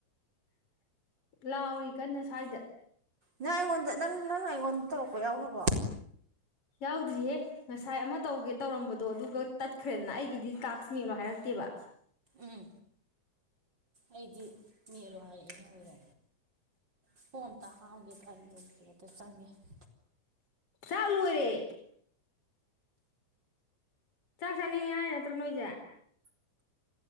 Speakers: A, on the left (about 50°); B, on the right (about 35°).
A: ꯂꯥꯎꯔꯤ ꯀꯟꯅ ꯁ꯭ꯋꯥꯏꯗ
B: ꯅꯪ ꯑꯩꯉꯣꯟꯗ ꯅꯪ ꯅꯪꯅ ꯑꯩꯉꯣꯟꯗ ꯇꯧꯔꯛꯄ ꯌꯥꯎꯒ꯭ꯔꯕꯣ
A: ꯌꯥꯎꯗ꯭ꯔꯤꯍꯦ ꯉꯁꯥꯏ ꯑꯃ ꯇꯧꯒꯦ ꯇꯧꯔꯝꯕꯗꯣ ꯑꯗꯨꯒ ꯇꯠꯈ꯭ꯔꯦꯗꯅ ꯑꯩꯒꯤꯗꯤ ꯇꯥꯛꯁ ꯃꯦꯂꯣ ꯍꯥꯏꯔꯛꯇꯦꯕ
B: ꯎꯝ ꯑꯩꯗꯤ ꯅꯦꯜꯂꯣ ꯍꯥꯏꯔꯛꯑꯦꯅꯦ ꯐꯣꯟ ꯑꯥꯥꯡꯝꯒꯦ <unintelligible> ꯇꯔ ꯂꯩ <unintelligible>
A: ꯆꯥꯛ ꯂꯣꯏꯔꯦ ꯆꯥꯛ ꯆꯥꯅꯤꯡꯉꯤ ꯍꯥꯏ ꯅꯠꯇ꯭ꯔꯣ ꯅꯣꯏꯖꯦ